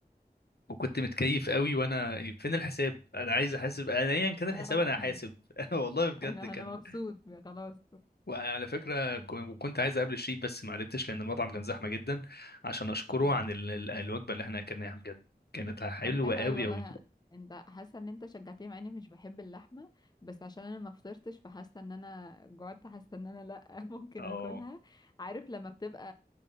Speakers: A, on the left; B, on the left.
A: وكنت متكيف قوي وانا فين الحساب انا عايز احاسب انا ايا كان
B: اه
A: الحساب انا هحاسب <laughs> والله بجد
B: انا
A: كان
B: انا مبسوط خلاص
A: وعلى فكره كن- وكنت عايز اقابل الشيف بس ما عرفتش لان المطعم كان زحمه جدا عشان اشكره
B: مم.
A: عن ال- ال- الوجبه اللي احنا اكلناها بجد كانت حلوه
B: طب حلو
A: قوي
B: أوي والله
A: قوي
B: انت حاسه ان انت شجعتني مع اني مش بحب اللحمه بس عشان انا ما فطرتش فحاسه ان انا جوعت حاسه ان انا لا <laughs> ممكن
A: اه
B: اكلها عارف لما بتبقى